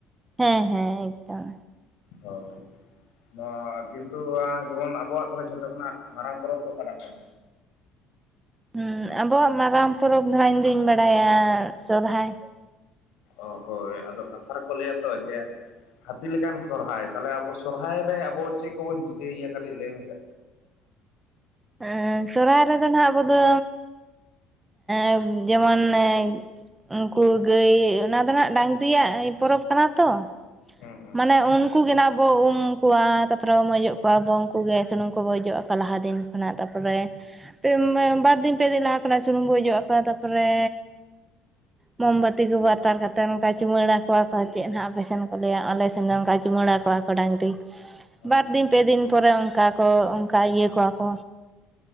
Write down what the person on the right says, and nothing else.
ᱦᱮᱸ ᱦᱮᱸ ᱮᱠᱫᱚᱢ᱾
ᱦᱮᱸ ᱟᱵᱚᱣᱟᱜ ᱢᱟᱨᱟᱝ ᱯᱚᱨᱚᱵᱽ ᱫᱚ ᱦᱟᱸᱜ ᱤᱧ ᱫᱩᱧ ᱵᱟᱲᱟᱭᱟ ᱥᱚᱨᱦᱟᱭ᱾
ᱮᱸ ᱥᱚᱨᱦᱟᱭ ᱨᱮᱫᱚ ᱱᱟᱦᱟᱜ ᱟᱵᱚ ᱫᱚ ᱮᱸ ᱡᱮᱢᱚᱱ ᱮᱸ ᱩᱝᱠᱩ ᱜᱟᱹᱭ ᱚᱱᱟ ᱫᱚ ᱱᱟᱦᱟᱜ ᱰᱟᱝᱨᱤᱭᱟᱜ ᱯᱚᱨᱚᱵᱽ ᱠᱟᱱᱟ ᱛᱚ
ᱢᱟᱱᱮ ᱩᱱ ᱠᱩᱜᱮ ᱱᱟᱦᱟᱜ ᱵᱚ ᱩᱢᱠᱚᱣᱟ ᱛᱟᱯᱚᱨᱮ ᱩᱢ ᱚᱡᱚᱜ ᱠᱚᱣᱟᱵᱚ ᱩᱝᱠᱩᱜᱮ ᱥᱩᱱᱩᱢ ᱠᱚᱵᱚ ᱚᱡᱚᱜ ᱟᱠᱚᱣᱟ ᱞᱟᱦᱟ ᱫᱤᱱ ᱚᱱᱟ ᱛᱟᱯᱚᱨᱮ ᱯᱮᱢ ᱮ ᱵᱟᱨ ᱫᱤᱱ ᱯᱮ ᱫᱤᱱ ᱞᱟᱦᱟᱹ ᱠᱷᱱᱟᱜ ᱥᱩᱱᱩᱢ ᱵᱚᱱ ᱚᱡᱚᱜ ᱟᱠᱚᱣᱟ ᱛᱟᱯᱚᱨᱮ ᱢᱳᱚᱢᱵᱟᱹᱛᱤ ᱠᱚ ᱟᱛᱟᱨ ᱠᱟᱛᱮ ᱚᱱᱠᱟ ᱪᱩᱢᱟᱹᱲᱟ ᱠᱚᱣᱟ ᱠᱚ ᱪᱮᱫ ᱦᱟᱜ ᱟᱯᱮ ᱥᱮᱱ ᱠᱚ ᱫᱚ? ᱟ ᱟᱞᱮ ᱥᱮᱫ ᱫᱚ ᱚᱱᱠᱟ ᱪᱩᱢᱟᱹᱲᱟ ᱠᱚᱣᱟ ᱠᱚ ᱰᱟᱝᱨᱤ᱾
ᱵᱟᱨ
ᱫᱤᱱ ᱯᱮᱫᱤᱱ ᱯᱚᱨᱮ ᱚᱱᱠᱟ ᱠᱚ ᱚᱱᱠᱟ ᱤᱭᱟᱹ ᱠᱚᱣᱟ ᱠᱚ